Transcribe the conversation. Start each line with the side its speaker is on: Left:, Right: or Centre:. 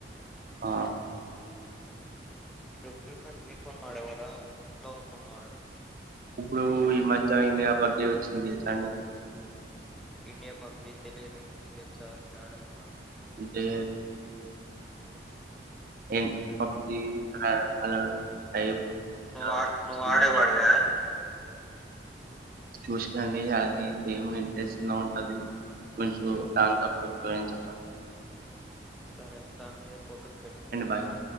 Right: ఆ
Centre: <unintelligible> మీ ఫోన్ల ఆడేవార? ఇంట్లో వాళ్ళ ఫోన్ల ఆడేవార?
Right: ఇప్పుడు, ఈ మద్య ఇండియా పబ్జి వచ్చింది తెల్సా నీకు?
Centre: ఇండియా పబ్జీ తెలియదు, మీకు తెలుసా? మీరు ఆడేవారా?
Right: అంటే ఏం? పబ్జీ అదా టైపు.
Centre: నువ్వా
Right: వచ్చిందండి
Centre: నువ్వు ఆడేవాడివా?
Right: చూస్నండి, అది గేమ్ ఇంట్రెస్ట్గా ఉంటది. కొంచెం దాన్ త ఉపయోగించాలి.
Centre: తె, దాని మీద ఫోకస్ పెట్టండి మరి
Right: బాయ్
Centre: బాయ్